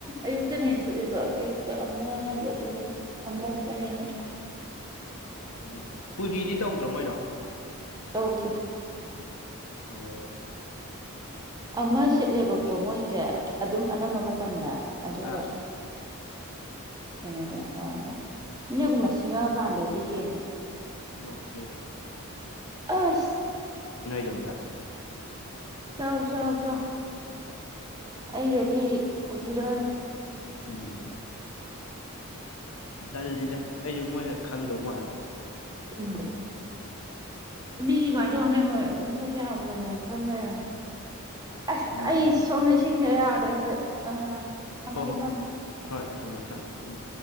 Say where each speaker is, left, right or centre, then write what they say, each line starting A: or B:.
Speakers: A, on the right; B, on the left.
A: ꯑꯌꯨꯛꯇꯅ ꯍꯦꯟꯅ ꯁꯤꯠꯂꯦꯕ ꯑꯌꯨꯛꯇ ꯑꯃ <unintelligible> ꯑꯔꯁꯨ ꯔꯦꯅ
B: ꯎꯝ ꯄꯨꯔꯤꯗꯤ ꯇꯧꯗ꯭ꯔꯥ ꯃꯣꯏꯗ
A: ꯍꯧꯗ
B: ꯑꯣꯝ
A: ꯑꯃ ꯁꯤꯠꯂꯦꯕꯀꯣ ꯃꯣꯏꯁꯦ ꯑꯗꯨꯝ ꯑꯅꯝꯕ ꯃꯇꯝꯗ ꯑꯗꯨꯒ
B: ꯑꯥ
A: ꯀꯩꯅꯣꯗ ꯑ ꯏꯅꯦꯒꯨꯝꯕ ꯁꯤꯡꯉꯛꯀꯥꯟꯗꯗꯤ ꯍꯦꯟꯕ
B: ꯑꯣꯀꯦ
A: ꯑꯁ
B: ꯝꯗ
A: ꯆꯥꯎ ꯆꯥꯎ ꯆꯥꯎ ꯑꯩꯒꯗꯤ ꯍꯧꯕꯤꯔꯛꯑꯣꯅ
B: ꯎꯝ ꯇꯟꯁꯤꯗ ꯑꯩꯁꯨ ꯃꯣꯏꯅ ꯈꯪꯗꯧ ꯃꯥꯜꯂꯦ
A: ꯎꯝ ꯃꯤꯗꯤ ꯀꯃꯥꯏ ꯇꯧꯕꯅꯣ ꯈꯪꯗꯦ ꯃꯣꯏ ꯃꯁꯛꯁꯦ ꯌꯥꯝ ꯃꯨꯟꯅ ꯈꯪꯂꯩꯔꯝꯃꯦ ꯑꯁ
B: ꯎꯝ
A: ꯑꯩ ꯁꯣꯝꯗ ꯏꯁꯤꯡꯗ ꯌꯥꯗ꯭ꯔꯦ ꯑꯝꯇ ꯑꯥ ꯊꯝꯃꯒꯦ
B: ꯍꯣꯏ ꯍꯣꯏ
A: ꯊꯝꯃ
B: ꯍꯣꯏ ꯊꯝꯃꯦ ꯊꯝꯃꯦ ꯎꯝ